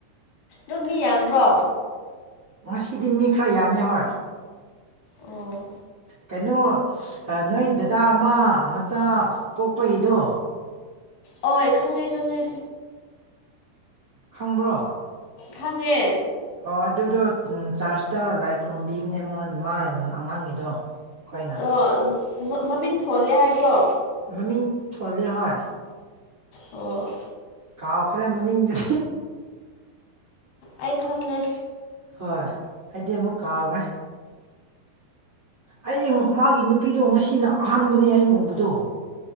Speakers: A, on the left; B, on the right.
A: ꯑꯗꯨ ꯃꯤ ꯌꯥꯝꯕ꯭ꯔꯣ
B: ꯉꯁꯤꯗꯤ ꯃꯤ ꯈꯔ ꯌꯥꯝꯃꯦ ꯍꯣꯏ
A: ꯑꯣ
B: ꯀꯩꯅꯣ ꯅꯣꯏ ꯗꯗꯥ ꯑꯃ ꯃꯆꯥ ꯄꯣꯛꯄꯩꯗꯣ
A: ꯍꯣꯢ ꯈꯪꯉꯦ ꯈꯪꯉꯦ
B: ꯈꯪꯕ꯭ꯔꯣ
A: ꯈꯪꯉꯦ
B: ꯑꯣ ꯑꯗꯨꯗꯣ ꯆꯥꯔꯖꯇ ꯂꯥꯏ ꯈꯨꯔꯨꯝꯕꯤꯕꯅꯦ ꯃꯣꯟ ꯃꯥ ꯑꯉꯥꯡꯒꯤꯗꯣ ꯑꯩꯈꯣꯏꯅ
A: ꯑꯣ ꯃꯃꯤꯡ ꯊꯣꯜꯂꯦ ꯍꯥꯏꯕ꯭ꯔꯣ
B: ꯃꯃꯤꯡ ꯊꯣꯜꯂꯦ ꯍꯣꯏ
A: ꯑꯣ
B: ꯀꯥꯎꯈ꯭ꯔꯦ ꯃꯃꯤꯡꯗꯨ
A: ꯑꯩ ꯈꯪꯉꯦ
B: ꯍꯣꯏ ꯑꯩꯗꯤ ꯑꯃꯨꯛ ꯀꯥꯎꯈ꯭ꯔꯦ ꯑꯩꯅ ꯃꯥꯒꯤ ꯅꯨꯄꯤꯗꯣ ꯉꯁꯤꯅ ꯑꯍꯥꯟꯕꯅꯦ ꯑꯩꯅ ꯎꯕꯗꯣ